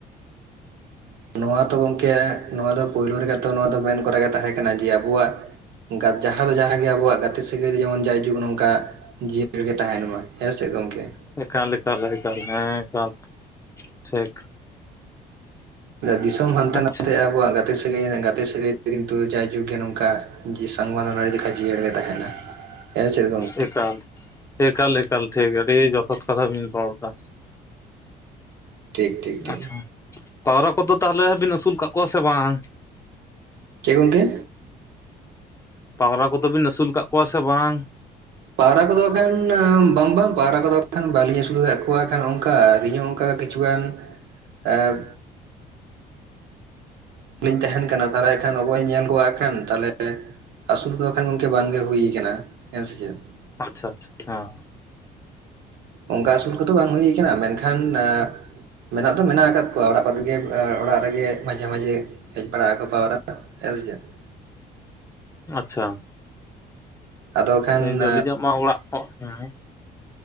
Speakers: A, on the right; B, on the left.
A: ᱱᱚᱣᱟ ᱛᱚ ᱜᱚᱝᱠᱮ ᱱᱚᱣᱟ ᱫᱚ ᱯᱩᱭᱞᱩ ᱨᱮᱜᱮ ᱛᱚ ᱱᱚᱣᱟ ᱫᱚ ᱢᱮᱱ ᱠᱚᱨᱟ ᱜᱮ ᱛᱟᱦᱮᱸ ᱠᱟᱱᱟ ᱡᱮ ᱟᱵᱚᱣᱟᱜ ᱡᱟᱦᱟᱸ ᱫᱚ ᱡᱟᱦᱟᱸᱜᱮ ᱟᱵᱚᱣᱟᱜ ᱜᱟᱛᱮ ᱥᱟᱹᱜᱟᱹᱭ ᱫᱚ ᱡᱮᱢᱚᱱ ᱡᱟᱭᱡᱩᱜᱽ ᱱᱚᱝᱠᱟ ᱡᱤᱭᱟᱹᱲ ᱜᱮ ᱛᱟᱦᱮᱱ ᱢᱟ ᱦᱮᱸᱥᱮ ᱜᱚᱝᱠᱮ ᱾
B: ᱮᱠᱟᱞ ᱮᱠᱟᱞ ᱮᱠᱟᱞ ᱦᱮᱸ ᱮᱠᱟᱞ ᱴᱷᱤᱠ ᱾
A: ᱫᱤᱥᱚᱢ ᱦᱟᱱᱛᱮ
B: ᱟᱪᱪᱷᱟ
A: ᱱᱟᱛᱮᱜ-ᱟ ᱟᱵᱚᱣᱟᱜ ᱜᱟᱛᱮ <unintelligible> ᱨᱮᱱᱟᱜ ᱜᱟᱛᱮ ᱥᱟᱹᱜᱟᱹᱭ ᱫᱚ ᱠᱤᱱᱛᱩ ᱡᱟᱭᱡᱩᱜᱽ ᱜᱮ ᱱᱚᱝᱠᱟ ᱡᱤᱥᱟᱝ ᱵᱟᱸᱫᱚ ᱱᱟᱹᱲᱤ ᱞᱮᱠᱟ ᱡᱤᱭᱟᱹᱲ ᱜᱮ ᱛᱟᱦᱮᱱᱟ ᱾ ᱦᱮᱸ ᱪᱮᱫ ᱜᱚᱝ
B: ᱮᱠᱟᱞ ᱾ ᱮᱠᱟᱞ ᱮᱠᱟᱞ ᱴᱷᱤᱠ, ᱟᱹᱰᱤ ᱡᱚᱛᱷᱟᱛ ᱠᱟᱛᱷᱟ ᱵᱤᱱ ᱨᱚᱲ ᱫᱟ ᱾
A: ᱴᱷᱤᱠ ᱴᱷᱤᱠ ᱴᱷᱤᱠ
B: ᱟᱪᱪᱷᱟ, ᱯᱟᱣᱨᱟ ᱠᱚᱫᱚ ᱛᱟᱦᱞᱮ ᱵᱤᱱ ᱟᱹᱥᱩᱞ ᱠᱟᱜ ᱠᱚᱣᱟ ᱥᱮ ᱵᱟᱝ?
A: ᱪᱮᱫ ᱜᱚᱝᱠᱮ?
B: ᱯᱟᱣᱨᱟ ᱠᱚᱫᱚ ᱵᱤᱱ ᱟᱹᱥᱩᱞ ᱠᱟᱜ ᱠᱚᱣᱟ ᱥᱮ ᱵᱟᱝ?
A: ᱯᱟᱣᱨᱟ ᱠᱚᱫᱚ ᱠᱷᱟᱱ ᱵᱟᱝ ᱵᱟᱝ ᱯᱟᱣᱨᱟ ᱠᱚᱫᱚ ᱠᱷᱟᱱ ᱵᱟᱹᱞᱤᱧ ᱟᱹᱥᱩᱞ ᱠᱟᱫ ᱠᱚᱣᱟ ᱾ ᱚᱱᱠᱟ ᱟᱞᱤᱧ ᱦᱚᱸ ᱚᱱᱠᱟ ᱠᱤᱪᱷᱩᱜᱟᱱ ᱮᱸᱜ ᱞᱤᱧ ᱛᱟᱦᱮᱱ ᱠᱟᱱᱟ ᱛᱟᱦᱚᱞᱮ ᱠᱷᱟᱱ ᱚᱠᱚᱭᱮ ᱧᱮᱞ ᱠᱚᱣᱟ ᱠᱷᱟᱱ ᱛᱟᱦᱚᱞᱮ ᱟᱹᱥᱩᱞ ᱠᱚᱫᱚ ᱠᱷᱟᱱ ᱜᱚᱝᱠᱮ ᱵᱟᱝᱜᱮ ᱦᱩᱭᱠᱟᱱᱟ ᱦᱮᱸ ᱥᱮ ᱪᱮᱫ ᱾
B: ᱟᱪᱪᱷᱟ ᱟᱪᱪᱷᱟ ᱦᱮᱸ ᱾
A: ᱚᱱᱠᱟ ᱟᱹᱥᱩᱞ ᱠᱚᱫᱚ ᱵᱟᱝ ᱦᱩᱭ ᱠᱟᱱᱟ ᱢᱮᱱᱠᱷᱟᱱ ᱮᱸ ᱢᱮᱱᱟᱜ ᱫᱚ ᱢᱮᱱᱟᱜ ᱟᱠᱟᱫ ᱠᱚᱣᱟ ᱚᱲᱟᱜ ᱠᱚᱨᱮᱜᱮ ᱚᱲᱟᱜ ᱨᱮᱜᱮ ᱢᱟᱡᱷᱮ ᱢᱟᱡᱷᱮ ᱦᱮᱡ ᱵᱟᱲᱟ ᱟᱠᱚ ᱯᱟᱣᱨᱟ, ᱦᱮ ᱥᱮ ᱪᱮᱫ ᱾
B: ᱟᱪᱪᱷᱟ ᱾
A: ᱟᱫᱚ ᱠᱷᱟᱱ
B: ᱦᱮᱸ ᱡᱚᱞᱤ ᱧᱚᱜ ᱢᱟ ᱚᱲᱟᱜ ᱠᱚ <unintelligible> ᱦᱮᱸ